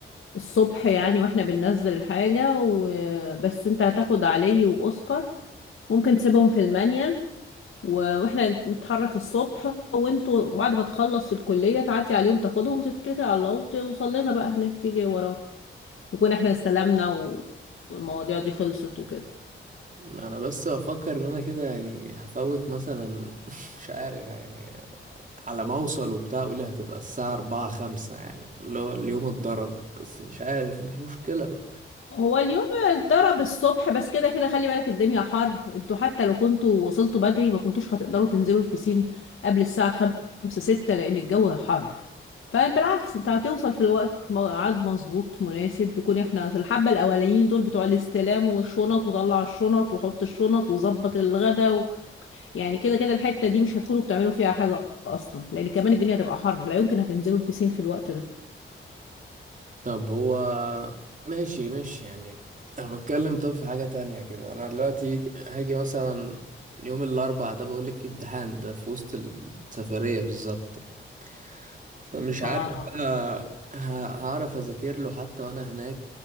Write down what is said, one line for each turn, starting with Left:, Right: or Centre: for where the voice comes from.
Left: الصبح يعني واحنا بننزل الحاجة وبس انت هتاخد علي وأوسكار ممكن تسيبهم في المانيال و- واحنا نتحرك الصبح وانتوا بعد ما تخلص الكلية تعدي عليهم تاخدهم وتتكل على الله وتوصل لنا بقى هناك تيجي ورانا نكون احنا استلمنا و... والمواضيع دي خلصت وكده
Right: انا بس بفكر ان انا كده يعني هفوت مثلا <laughs> مش عارف يعني على ما اوصل وبتاع قولي هتبقى الساعة أربعة خمسة يعني اللي هو اليوم اتضرب بس مش عارف مش مشكلة بقى.
Left: هو اليوم اتضرب الصبح بس كده كده خلي بالك الدنيا حر انتوا حتى لو كنتوا وصلتوا بدري ما كنتوش هتقدروا تنزلوا البسين قبل الساعة خمسة ستة لأن الجو حر فبالعكس انت هتوصل في الوقت م- ميعاد مظبوط مناسب بيكون احنا في الحبة الأولانيين دول بتوع الاستلام والشنط وطلع الشنط وحط الشنط وظبط الغدا و... يعني كده كده الحتة دي مش هتكونوا بتعملوا فيها حاجة أصلا لأن كمان الدنيا هتبقى حر لا يمكن هتنزلوا البسين في الوقت ده
Right: طب هو ماشي ماشي يعني انا بتكلم طب في حاجة تانية كده انا دلوقتي هاجي مثلا يوم الاربعاء ده بقولك فيه امتحان ده في وسط السفرية بالظبط يعني. فمش عارف
Left: آه.
Right: انا ه- هعرف اذاكر له حتى وانا هناك